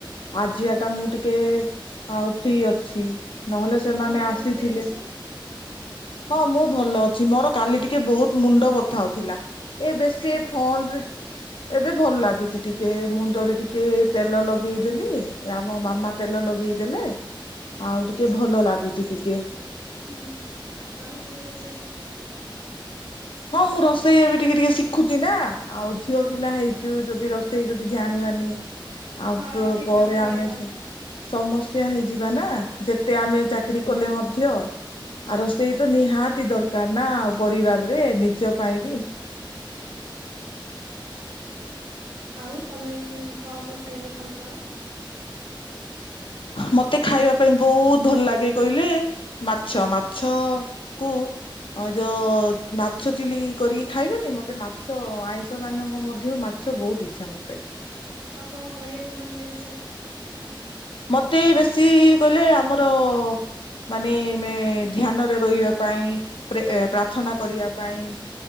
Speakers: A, on the left (about 80°); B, on the right (about 70°).
A: ଆଜି ଆକା ମୁଁ ଟିକେ ଆଉ ଫ୍ରି ଅଛି। ନହେଲେ
B: ଆଉ
A: ସେମାନେ
B: ତମେ
A: ଆସିଥିଲେ
B: କେମିତି ଅଛ
A: ହଁ, ମୁଁ ଭଲ ଅଛି ମୋର କାଲି ଟିକେ ବହୁତ ମୁଣ୍ଡ ବଥା ହଉଥିଲା। ଏ ବେଶୀ
B: ଏବେ
A: ଏ ଫୋନ ରେ। ଏବେ ଭଲ ଲାଗୁଛି ଟିକେ ମୁଣ୍ଡରେ ଟିକେ ତେଲ ଲଗେଇଦେଲି ଆମ ମାମା ତେଲ ଲ ଲଗେଇଦେଲେ ଆଉ ଟିକେ
B: ଆଛା
A: ଭଲ ଲାଗୁଚି ଟିକେ।
B: ହୁଁ ଆଉ ତମେ ରୋଷେଇ ଶିଖିଛ?
A: ହଁ ମୁଁ ରୋଷେଇ ଏ ବି ଟିକେ ଟିକେ ଶିଖୁଚି ନା। ଆଉ ଝିଅ ପିଲା ହେଇଛୁ, ଯଦି ରୋଷେଇ ଯଦି ଜାଣିବାନି ଆଉପ-ପରେ
B: ହଁ ଠିକ କଥା କହିଲ।
A: ଆମେ ସେ ସମସ୍ୟା ହେଇଯିବା ନା। ଯେତେ ଆମେ ଚାକିରୀ କଲେ ମଧ୍ୟ ଆର ସେଇ ତ ନିହାତି ଦରକାର ନା ଆଉ ପରିବାରରେ ନିଜ ପାଇଁ ବି।
B: ଆଉ ତମେ କଣ କଣ ଖାଇବାକୁ ଭଲ ପାଅ?
A: ମତେ ଖାଇବା ପାଇଁ ବହୁତ ଭଲ ଲାଗେ କହିଲେ ମାଛ ମାଛ କୁ ଅ ଯୋଉ ମାଛ ଚିଲି କରିକି ଖାଇବେନି ମତେ ମାଛ ଆଇଁଷ ମାନଙ୍କ ମଧ୍ୟରୁ ମାଛ ମାଛ ବହୁତ ଇଚ୍ଛା ମତେ।
B: ଆଉ କଣ କରିବାକୁ ଭଲ ଲାଗେ ସବୁ?
A: ମତେ ବେଶୀ କହିଲେ ଆମର ମାନେ ମେ -ଧ୍ୟାନରେ ରହିବା ପାଇଁ, ପ୍ରେ -ଏ ପ୍ରାର୍ଥନା କରିବା ପାଇଁ,